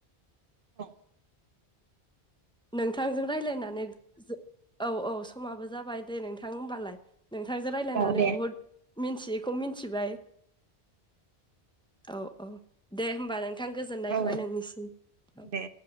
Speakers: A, on the right; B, in the centre.
A: औ
B: नोंथांजों रायलायनानै जो औ औ समाबो जाबाय दे नोंथां होमबालाय नोंथांजों रायलायनानै
A: औ दे
B: बुहुद मिनथियैखौ मिनथिबाय औ औ दे होमबा नों थां गोजोननाय
A: औ
B: थाबाय नोंनिसिम औ
A: दे